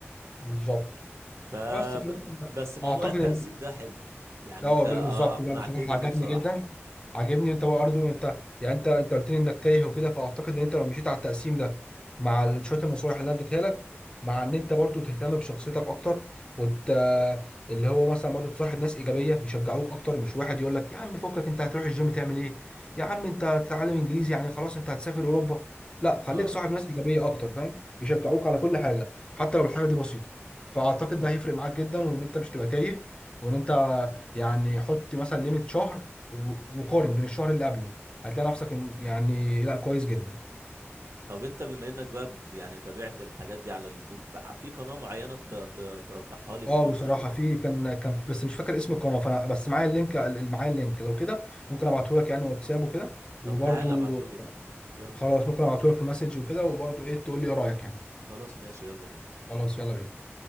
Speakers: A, on the left; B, on the right.
A: بالظبط
B: ف
A: بس فهمت
B: ب- بس موضوع
A: اعتقد
B: التقسيم
A: ان
B: ده حلو يعني
A: اه
B: انت
A: بال-
B: آه،
A: بالظبط
B: اقنعتني
A: لا بصراحه عجبني
B: بيه بصراحه
A: جدا عجبني انت برضه انت يعني انت انت قلت لي انك تايه وكده فاعتقد ان انت لو مشيت على التقسيم ده مع ال- شويه النصايح اللي انا اديتها لك مع ان انت برضه تهتم بشخصيتك اكتر وت... اللي هو مثلا برضه تصاحب ناس ايجابيه يشجعوك اكتر مش واحد يقول لك يا عم فكك انت هتروح الجيم تعمل ايه يا عم انت هتتعلم انجليزي يعني خلاص انت هتسافر اوروبا لا خليك
B: اه
A: صاحب ناس ايجابيه اكتر فاهم يشجعوك
B: امم
A: على كل حاجه حتى لو الحاجه دي بسيطه فاعتقد ده هيفرق معاك جدا وان انت مش تبقى تايه وان انت يعني حط مثلا ليميت شهر و- وقارن بين الشهر اللي قبله هتلاقي نفسك إن- يعني لا كويس جدا
B: طب انت بما انك بقى ب- يعني تابعت الحاجات دي على اليوتيوب بقى في قناه معينه ت- ت- ترجحها لي
A: اه
B: بتنشر
A: بصراحه في كان كان في- بس مش فاكر اسم القناه فانا بس معايا اللينك ال- معايا اللينك لو كده ممكن ابعته لك يعني واتساب وكده وبرده
B: طب تعالى ابعتهولي يلا
A: خلاص ممكن ابعته لك في مسج وكده وبرده ايه تقول لي ايه رايك يعني
B: خلاص ماشي يلا بينا
A: خلاص يلا بينا